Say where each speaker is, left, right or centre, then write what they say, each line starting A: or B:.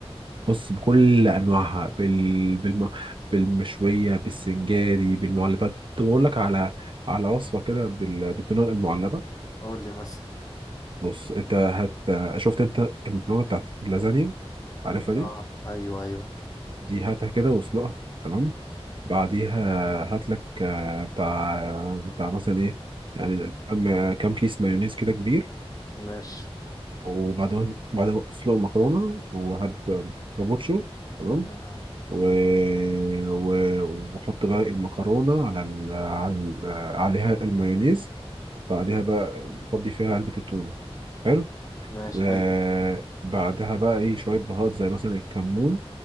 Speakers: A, on the right (about 50°); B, on the left (about 35°).
A: بص بكل انواعها بال... بالم... بالمشويه بالسنجاري بالمعلبات طب اقول لك على على وصفه كده بال... بالتونه المعلبه
B: قول لي مثلا
A: بص انت هت شفت انت المكرونه بتاعت اللازانيا عارفها
B: اه
A: دي
B: ايوه ايوه
A: دي هاتها كده واسلقها تمام بعديها هات لك آه، بتاع بتاع مثلا ايه يعني أما كام كيس مايونيز كده كبير
B: ماشي
A: وبعد ما بعد ما تسلق المكرونه وهات كابوتشو تمام
B: مم.
A: و... و... وأحط بقى المكرونة على ال... على ال... عليها المايونيز بعدها بقى أفضي فيها علبة التونة حلو
B: ماشي
A: آه...
B: حلو
A: بعدها بقى إيه شوية بهارات زي مثلا الكمون